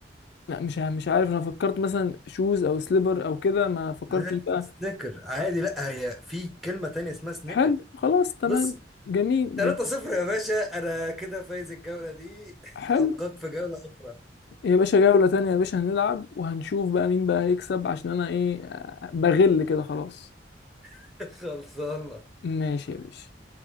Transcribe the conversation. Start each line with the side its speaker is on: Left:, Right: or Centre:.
Left: لا مش ع- مش عارف انا فكرت مثلا شوز او سليبر او كده ما فكرتش
Centre: لا
Left: بقى
Centre: سنيكر عادي لا هي في كلمة تانية اسمها سنيكر
Left: حلو خلاص تمام
Centre: بس
Left: جميل
Centre: 3
Left: جميل
Centre: 0 يا باشا انا كده فايز الجولة دي <laughs>
Left: حلو
Centre: القاك في جولة اخرى
Left: يا باشا جولة تانية يا باشا هنلعب وهنشوف بقى مين بقى هيكسب عشان انا ايه آه، بغل كده خلاص
Centre: <laughs> خلصانة
Left: ماشي يا باشا